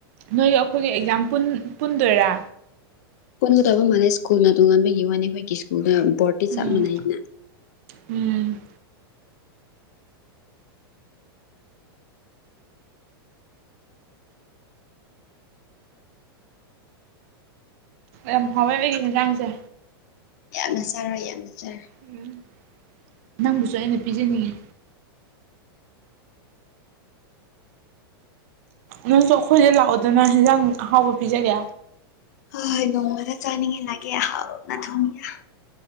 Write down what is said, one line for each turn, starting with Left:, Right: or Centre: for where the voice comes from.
Right: ꯅꯣꯏꯒ ꯑꯈꯣꯏꯒ ꯑꯦꯛꯖꯥꯝ ꯄꯨꯟ-ꯄꯨꯟꯗꯣꯏꯔ꯫
Left: ꯄꯨꯟꯒꯗꯕ ꯃꯥꯟꯅꯩ ꯁ꯭ꯀꯨꯜꯅ ꯇꯣꯉꯥꯟꯕꯒꯤ ꯋꯥꯅꯤ ꯑꯈꯣꯏꯒꯤ ꯁ꯭ꯀꯨꯜꯗ ꯕꯣꯔꯗꯇꯤ
Right: ꯎꯝ
Left: ꯆꯞ ꯃꯥꯟꯅꯩꯗꯅ꯫
Right: ꯎꯝ ꯌꯥꯝ ꯍꯥꯎꯋꯦꯕꯒꯤ ꯏꯟꯖꯥꯡꯁꯦ
Left: ꯌꯥꯝꯅ ꯆꯥꯔꯣꯏ ꯌꯥꯝꯅ ꯆꯔꯦ
Right: ꯎꯝ ꯅꯪꯕꯨꯁꯨ ꯑꯩꯅ ꯄꯤꯖꯅꯤꯡꯉꯤ ꯅꯪꯁꯨ ꯑꯩꯈꯣꯏꯁꯦ ꯂꯥꯛꯑꯣꯗꯅ ꯍꯟꯖꯥꯡ ꯑꯍꯥꯎꯕ ꯄꯤꯖꯒꯦ
Left: ꯍꯣꯏ ꯍꯣꯏ ꯅꯣꯡꯃꯗ ꯆꯥꯅꯤꯡꯉꯤ ꯂꯥꯛꯀꯦ ꯑꯍꯥꯎꯅ ꯊꯣꯡꯒꯦ